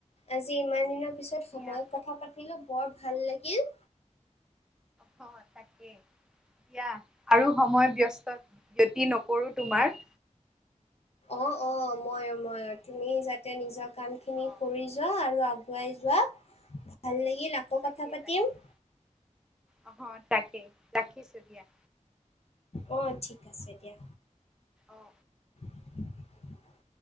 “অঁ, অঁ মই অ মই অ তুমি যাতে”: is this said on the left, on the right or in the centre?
Left